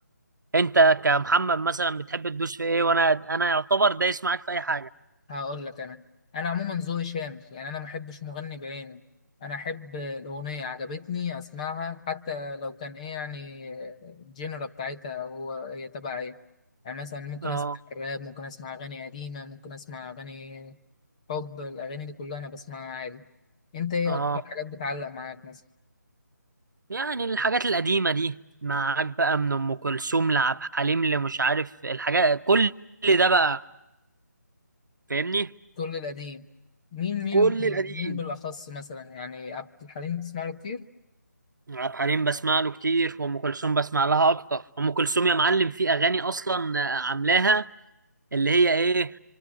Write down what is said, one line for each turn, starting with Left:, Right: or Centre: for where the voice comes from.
Right: انت كمحمد مثلا بتحب تدوس في ايه وانا انا يعتبر دايس معاك في اي حاجه
Left: هقول لك انا انا عموما ذوقي شامل يعني انا ما احبش مغني بعينه انا احب الاغنيه عجبتني اسمعها حتى لو كان ايه يعني الجينرا بتاعتها هو هي تبع ايه يعني مثلا ممكن
Right: اه
Left: اسمع راب ممكن اسمع اغاني قديمه ممكن اسمع اغاني حب الأغاني دي كلها أنا بسمعها عادي أنت إيه
Right: اه
Left: أكتر حاجات بتعلق معاك مثلا
Right: يعني الحاجات القديمه دي معاك بقى من ام كلثوم لعبد الحليم اللي مش عارف الحاجات كل ده بقى فاهمني
Left: كل القديم مين مين
Right: كل
Left: بال-
Right: القديم
Left: مين بالأخص مثلا يعني عبد الحليم بتسمع له كتير
Right: عبد الحليم بسمع له كتير وام كلثوم بسمع لها اكتر ام كلثوم يا معلم في اغاني اصلا عاملاها اللي هي ايه